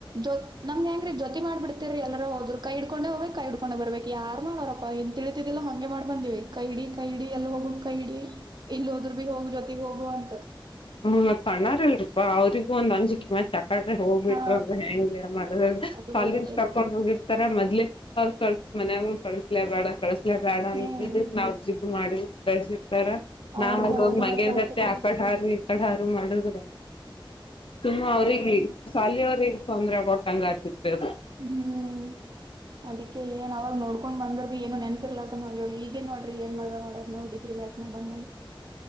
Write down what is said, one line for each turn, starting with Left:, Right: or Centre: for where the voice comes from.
Right: ಜೋ <unintelligible> ನಮ್ಗೆ ಹೆಂಗೀ ಜೊತ ಮಾಡ ಬಿಡ್ತಿರಿ ಎಲ್ಲಾರ ಹೋದ್ರ ಕೈ ಇಡಕೊಂಡ ಹೋಗಬೇಕ, ಕೈ ಇಡಕೊಂಡ ಬರ್ಬೇಕ್ ಯಾರ ಮಾಡೋರಪ್ಪಾ ಹಿಂತಿಳಿ. ಲ್ಲ ಹಂಗೆ ಮಾಡ್ ಬಂದಿವಿ ಕೈಡಿ -ಕೈಡಿ ಎಲ್ಲಿ ಹೋಗುಕ್ ಕೈಡಿ ಇಲ್ಲಿ ಹೋದರು ಬಿ ಹೋಗ ಜೊತೆ ಹೋಗುವಂತ.
Left: ಹ್ಮ್, ಸಣ್ಣಾರಿಲ್ರಿಪಾ ಅವ್ರಗ ಒಂದು ಅಂಜು ಕಿ ಮತ್ತ ಅದೇ ಹೋಗ್ಬಿಟ್ರು
Right: ಹಾ
Left: ಅಂದ್ರೆ ಹೆಂಗೆ ಮಾಡಿದಾಗ
Right: ಅದು
Left: ಅಲ್ಲಿಂದ್
Right: ಬರೋಬರಿ
Left: ಕರ್ಕೊಂಡ್ ಹೋಗಿ ತರ ಮದ್ೇ ಅವ ಕ ಮಯಾಗ ಕಳಸ್ಲೇ ಬೇಡ ಕಳಸ್ಲೇ ಬೇಡ ನ
Right: ಹ್ಮ್
Left: <unintelligible> ಜಿದ್ಮಾಡಿ ಬೆಳಸಿರ್ತಾರ. ನಾವಲ್ಲಿ
Right: ಅವ್ರ ಭರೋಸಾ
Left: ಹೋಗ್ ಮಂಗೇನ್
Right: ಮ್ಯಾಲ್ ಕಳ್ಸಿರ್ತಾರ್
Left: ಗತ್ತೆ ಆ ಕಡೆ ಹಾರಿ- ಮಾಡಿದರ- ಸುಮ್ಮ ಅವ್ರಗ್ ಸಾಲಿಯವ್ರಗ್ ತೊಂದ್ರೆ ಕೊಟ್ಟಂಗ ಆಗದು.
Right: ಹ್ಮ್, ಅದಿಕ ಏನ್ ಅವವಾಗ ನೋಡ್ಕೊಂಡ್ ಬಂದ್ರ ಬಿ. ಏನು ನೆನಪಿರ್ಲತ್ತ ನ ಈಗನ್ ನೋಡಿ ಏನ್ ಮಜ ಮಾಡದ ನಾವು ಡಿಗ್ರಿ ನ್ಯಾಗ. <inaudible>